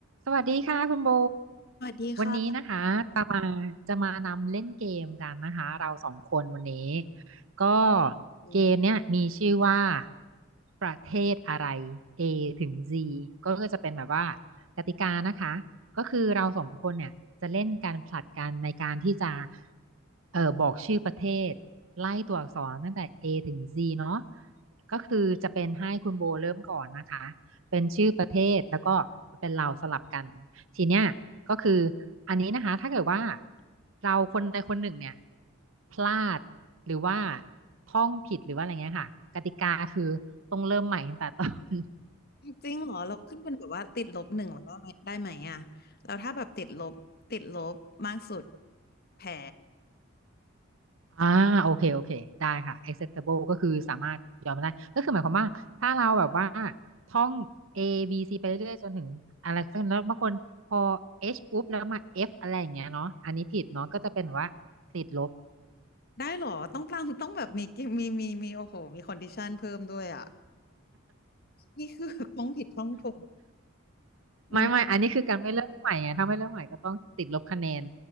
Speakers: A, on the right; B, on the left.
A: สวัสดีค่ะคุณโบ
B: สวัสดีค่ะ
A: วันนี้นะคะจะมาจะมานำเล่นเกมกันนะคะเราสองคนวันนี้ก็
B: เลย
A: เกมเนี้ยมีชื่อว่าประเทศอะไร A ถึง Z ก็ก็จะเป็นแบบว่ากติกานะคะก็คือเราสองคนเนี่ยจะเล่นการผลัดกันในการที่จะเอ่อบอกชื่อประเทศไล่ตัวอักษรตั้งแต่ A ถึง Z เนาะก็คือจะเป็นให้คุณโบเริ่มก่อนนะคะ เป็นชื่อประเทศแล้วก็เป็นเราสลับกันทีเนี้ยก็คืออันนี้นะคะถ้าเกิดว่าเราคนใดคนหนึ่งเนี่ยพลาดหรือว่าท่องผิดหรือว่าอะไรเงี้ยค่ะกติกาคือต้องเริ่มใหม่ตั้งแต่ต้น
B: จริงเหรอเราขึ้นเป็นแบบว่าติดลบหนึ่งแล้วได้ไหมได้ไหมอ่ะเราถ้าแบบติดลบติดลบมากสุดแผล
A: <laughs> อ่าโอเคโอเคได้ค่ะ acceptable ก็คือสามารถยอมได้ก็คือหมายความว่าถ้าเราแบบว่าท่อง A B C ไปเรื่อยๆจนถึงอะไรสัก่แล้วบางคนพอ H ปุ๊บแล้วมา F อะไรอย่างเงี้ยเนาะอันนี้ผิดเนาะก็จะเป็นแบบว่าติดลบ
B: ได้เหรอต้องตังต้องแบบมีมีมีมีโอ้โหมีคอนดิชันเพิ่มด้วยอ่ะนี่คือแบบต้องผิดต้องถูกอืม
A: ไม่ไม่อันนี้คือการไม่เริ่มใหม่ไงถ้าไม่เริ่มใหม่ก็ต้องติดลบคะแนน